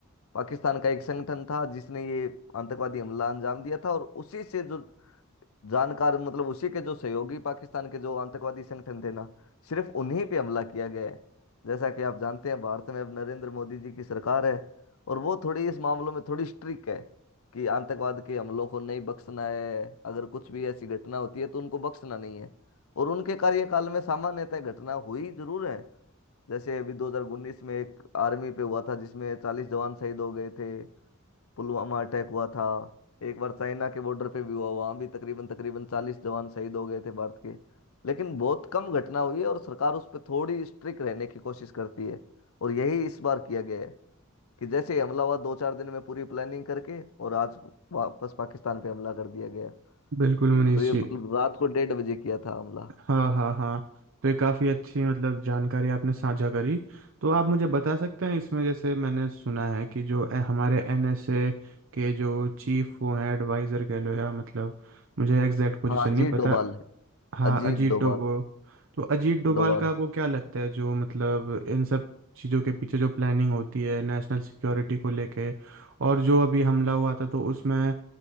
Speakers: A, on the left; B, on the right.
A: पाकिस्तान का एक संगठन था जिसने ये आतंकवादी हमला अंजाम दिया था और उसी से जो जानकार मतलब उसी के जो सहयोगी पाकिस्तान के जो आतंकवादी संगठन थे ना सिर्फ उन्हीं पे हमला किया गया है जैसा कि आप जानते हैं भारत में अब नरेंद्र मोदी जी की सरकार है और वो थोड़ी इस मामलों में थोड़ी स्ट्रिक्ट है कि आतंकवाद के हमलों को नहीं बख्शना है अगर कुछ भी ऐसी घटना होती है तो उनको बख्शना नहीं है और उनके कार्यकाल में सामान्यतः घटना हुई जरूर है जैसे अभी 2019 में एक आर्मी पे हुआ था जिसमें चालीस जवान शहीद हो गए थे पुलवामा अटैक हुआ था एक बार चाइना के बॉर्डर पे भी हुआ वहाँ भी तकरीबन तकरीबन चालीस जवान शहीद हो गए थे भारत के लेकिन बहुत कम घटना हुई है और सरकार उस पर थोड़ी स्ट्रिक्ट रहने की कोशिश करती है और यही इस बार किया गया है कि जैसे ही हमला हुआ दो चार दिन में पूरी प्लानिंग करके और आज वापस पाकिस्तान पे हमला कर दिया गया
B: बिल्कुल मनीष
A: तो ये
B: जी
A: मतलब रात को डेढ़ बजे किया था हमला
B: हाँ हाँ हाँ तो ये काफ़ी अच्छी मतलब जानकारी आपने साझा करी तो आप मुझे बता सकते हैं इसमें जैसे मैंने सुना है कि जो ए- हमारे एनएसए के जो चीफ वो हैं एडवाइज़र कह लो या मतलब मुझे एग्जैक्ट पोजीशन
A: हाँ अजीत
B: नहीं पता
A: डोभाल
B: हाँ
A: अजीत
B: अजीत
A: डोभाल
B: डोबो तो अजीत डोभाल
A: डोभाल
B: का आपको क्या लगता है जो मतलब इन सब चीज़ों के पीछे जो प्लानिंग होती है नेशनल सिक्योरिटी को लेके और जो अभी हमला हुआ था तो उसमें